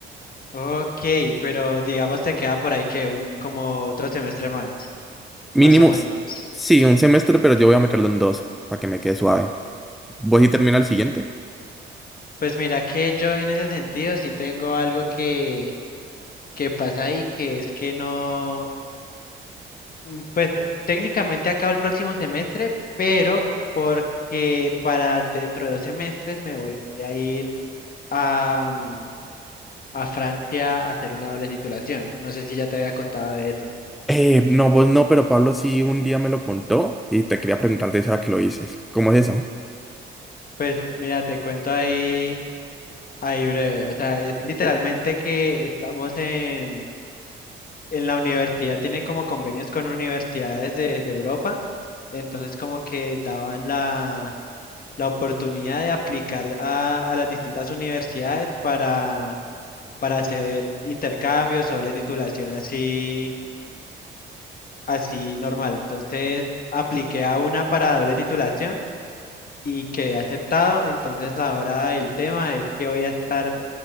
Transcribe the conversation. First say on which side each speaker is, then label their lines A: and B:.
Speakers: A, on the left; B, in the centre.
A: ok, pero digamos te queda por ahí que un como otro semestre más,
B: Mínimo,
A: más o menos.
B: sí, un semestre, pero yo voy a meterlo en dos para que me quede suave. ¿Vos y termina el siguiente?
A: Pues mira que yo en ese sentido sí tengo algo que que pasa ahí que es que no Mm, Pues eh, técnicamente acabo el próximo semestre, pero porque para dentro de dos semestres me voy a ir a, mm, a Francia a hacer una doble titulación. No sé si ya te había contado de eso.
B: Eh, no, vos no, pero Pablo sí un día me lo contó y te quería preguntarte eso ahora que lo dices. ¿Cómo es eso?
A: Pues mira, te cuento ahí, ahí breve. O sea, es literalmente que estamos en, en la universidad, tiene como convenios con universidades de, de Europa. Entonces como que daban la la oportunidad de aplicar a, a las distintas universidades para, para hacer intercambios o doble titulación así, así normal. Entonces, apliqué a una para doble titulación y quedé aceptado. Entonces, ahora el tema es que voy a estar